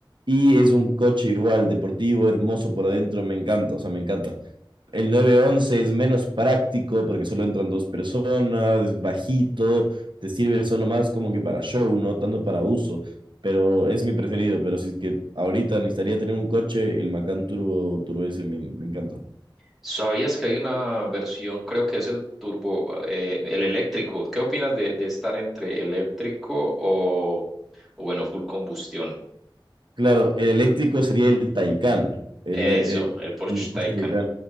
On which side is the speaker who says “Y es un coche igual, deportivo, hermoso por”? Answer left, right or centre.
Right